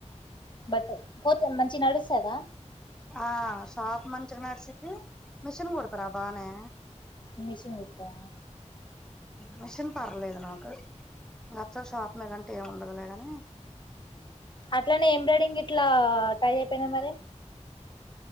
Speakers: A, on the left; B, in the centre.
A: బట్ పోతే మంచిగా నడుస్తదా
B: ఆ షాప్ మంచిగా నడ్సద్ది మిషిన్ కుడతార బానే
A: మిషన్ కుట్టుతవ
B: మెషీన్ పర్లేదు నాకు అచం షాప్ మీదంటే ఏం ఉండదులేగాని
A: అట్లానే ఎంబ్రాయిడింగ్ ఇట్లా ట్రై చేయిపోయినవు మరి